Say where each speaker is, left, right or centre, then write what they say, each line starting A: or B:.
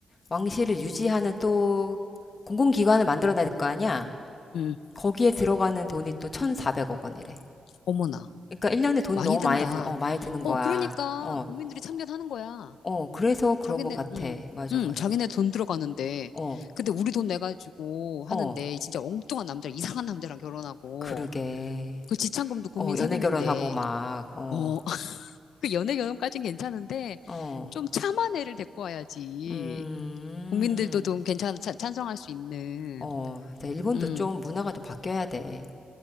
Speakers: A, on the left; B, on the left.
A: 왕실을 유지하는 또 공공기관을 만들어놔야 될 거 아니야?
B: 음,
A: 거기에 들어가는 돈이 또 1,400억 원이래.
B: 어머나,
A: 그러니까 1년에 돈이
B: 많이
A: 너무
B: 든다.
A: 많이 드, 어, 많이 드는 거야.
B: 어, 그러니까
A: 어,
B: 국민들이 참견하는 거야.
A: 어, 그래서 그런
B: 자기네,
A: 거 같아.
B: 음,
A: 맞아,
B: 음,
A: 맞아.
B: 자기네 돈 들어가는데,
A: 어,
B: 근데 우리 돈 내가지고 하는데
A: 어,
B: 진짜 엉뚱한 남자, 이상한 남자랑 결혼하고
A: 그러게.
B: 그 지참금도 국민
A: 어,
B: 세금인데,
A: 연애 결혼하고 막, 어,
B: 어, <laughs> 그 연애 결혼까진 괜찮은데
A: 어,
B: 좀 참한 애를 데리고 와야지.
A: 음,
B: 국민들도 좀 괜찮아, 찬- 찬성할 수 있는,
A: 어, 일본도
B: 음,
A: 좀 문화가 좀 바뀌어야 돼.